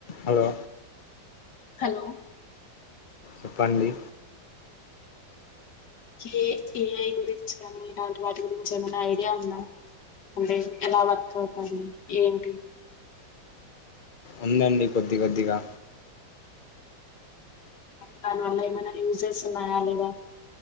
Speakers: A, on the left; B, on the left.
A: హలో
B: హలో
A: ప్పండి
B: ఏ ఏఐ గురించి కానీ ఇలాంటి వాటి గురించి ఏమైనా ఐడియా ఉందా అంటే ఎలా వర్క్ అవుతా ఏంటి
A: ఉందండి కొద్ది కొద్దిగా
B: దాని వల్ల ఏమైనా యూసెస్ ఉన్నాయా లేద